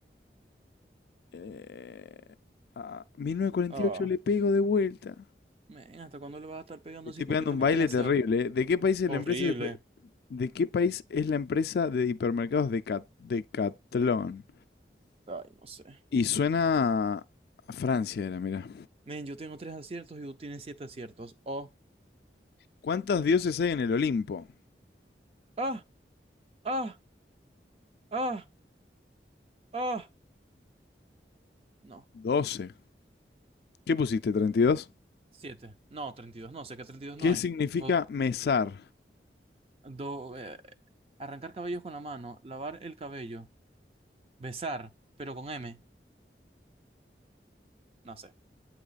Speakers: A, on the left; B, on the right.
A: Eh, ah, mil novecientos cuarenta
B: ¡Ah!
A: y ocho le pego de vuelta.
B: Men, ¿hasta cuándo le vas a estar pegando
A: Le Estoy
B: así completamente
A: pegando un baile
B: al azar?
A: terrible. eh. ¿De qué país es
B: Horrible.
A: la empresa de, de qué país es la empresa de hipermercados de Cat- Decathlon?
B: Ay, no sé.
A: Y suena a Francia era, mira.
B: Men, yo tengo tres aciertos y tú tienes siete aciertos. ¡Oh!
A: ¿Cuántos dioses hay en el Olimpo?
B: ¡Ah! ¡Ah! ¡Ah! ¡Ah! No.
A: 12. ¿Qué pusiste, 32.
B: Siete. No, 32. No, sé que 32
A: ¿Qué
B: no hay.
A: significa
B: Go-
A: mesar?
B: do- eh, arrancar cabellos con la mano. Lavar el cabello. Besar, pero con M. No sé.